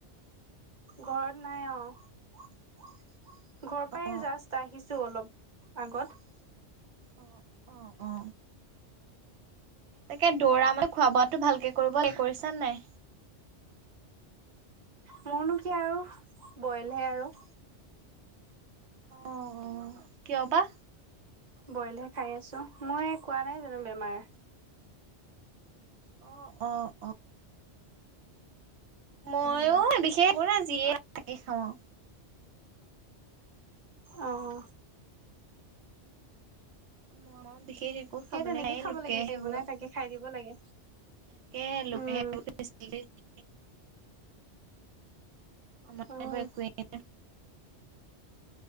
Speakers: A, on the right; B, on the right.
A: ঘৰ নাই অঁ। ঘৰৰ পৰা
B: অ'
A: এই জাষ্ট আহিছো অলপ আগত।
B: অ', অ', অ'। তাকে দৌৰা মানে খোৱা বোৱাটো ভালকে কৰিব লাগে কৰিছা নে নাই?
A: মোৰনো কি আৰু, বইলহে আৰু।
B: অ' কিয় বা?
A: বইলহে খাই আছো, মই কোৱা নাই জানো বেমাৰ।
B: অ', অ'। মইয়ো
A: উম
B: বিশেস একো নাই আৰু, যিয়ে পাওঁ তাকে খাওঁ আৰু।
A: অঁহ।
B: আমাৰো বিশেষ
A: সেই
B: খাবলৈ
A: তেনেকে
B: নাই
A: খাব
B: লোকে
A: লাগে, যি
B: সেইবোৰ
A: বনাই তাকে খাই দিব লাগে।
B: তাকে লোকে
A: উম।
B: <unintelligible> আমাৰ
A: উম,
B: আক একোৱে নাই।